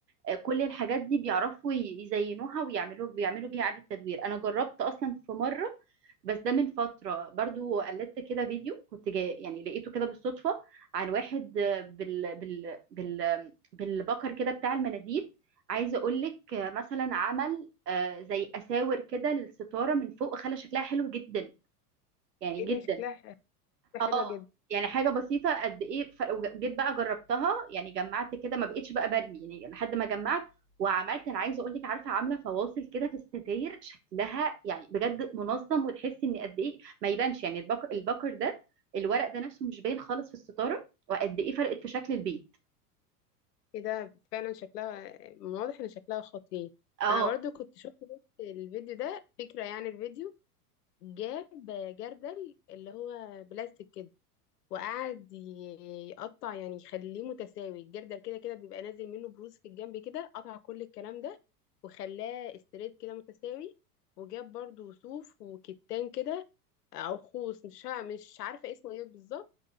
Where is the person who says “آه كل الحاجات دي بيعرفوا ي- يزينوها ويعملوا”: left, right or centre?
Right